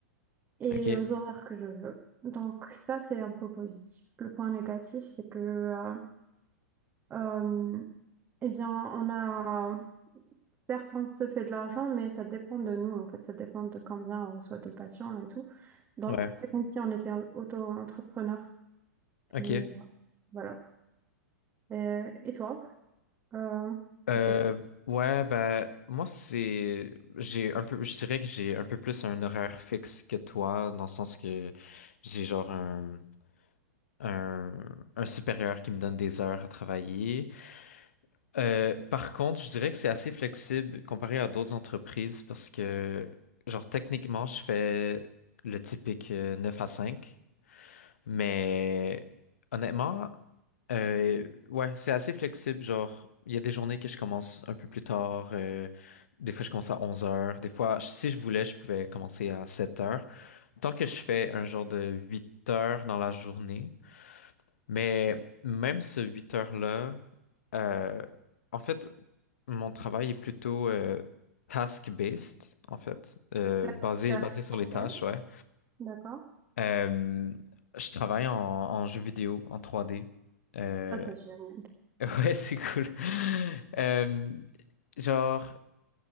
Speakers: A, on the right; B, on the left.
A: et
B: ok,
A: aux horaires que je veux. Donc ça, c'est un point positif. Le point négatif, c'est que euh, euh, eh bien, on a certes on se fait de l'argent, mais ça dépend de nous en fait, ça dépend de combien on reçoit de patients et tout. Donc
B: ouais,
A: c'est comme si on était auto-entrepreneur.
B: ok.
A: Et voilà. Euh, et toi, euh,
B: Euh,
A: tu fais...
B: ouais, bah, moi, c'est. J'ai un peu. Je dirais que j'ai un peu plus un horaire fixe que toi, dans le sens que j'ai genre un, un, un supérieur qui me donne des heures à travailler. Euh, par contre, je dirais que c'est assez flexible comparé à d'autres entreprises parce que, genre, techniquement, je fais le typique euh, 9 à 5. mais honnêtement, euh, ouais, c'est assez flexible. Genre, il y a des journées que je commence un peu plus tard, euh, des fois je commence à 11 heures, des fois, si je voulais, je pouvais commencer à 7 heures. Tant que je fais un genre de 8 heures dans la journée, mais même ce huit heures-là, euh, en fait, mon travail est plutôt euh, task-based, en fait, euh,
A: D'accord,
B: basé,
A: c'est à
B: basé
A: distanciel.
B: sur les tâches, ouais.
A: D'accord.
B: Euh, je travaille en, en jeu vidéo, en trois d Euh,
A: Ça, c'est génial.
B: <laughs> ouais, c'est cool. Euh, genre,